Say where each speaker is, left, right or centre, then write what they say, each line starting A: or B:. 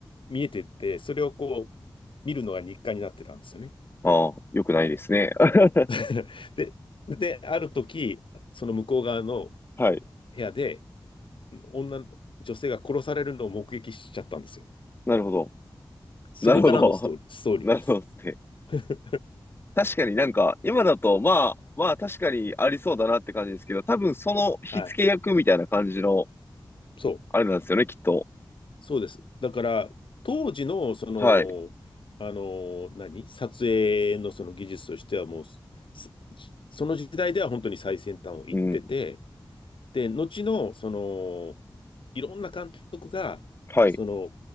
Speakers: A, on the left; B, on the left.
A: 見えてて、それをこう、見るのが日課になってたんですよね。
B: ああ、よくないですね。<laughs>
A: <laughs> で、で、ある時、その向こう側の
B: はい、
A: 部屋で、女、女性が殺されるのを目撃しちゃったんですよ。
B: なるほど。
A: そこからのストーリー、
B: なるほど。
A: ストーリーです。
B: <laughs> なるほどですね。
A: <laughs>
B: 確かになんか、今だと、まあ、まあ確かにありそうだなって感じですけど、多分その火付け役みたいな感じの、
A: はい。そう。
B: あれなんですよね、きっと。
A: そうです。だから、当時の、その、
B: はい。
A: あの、何撮影のその技術としてはもう、すその時代では本当に最先端を行ってて、
B: うん。
A: で、後の、その、いろんな監督が、
B: はい。
A: その、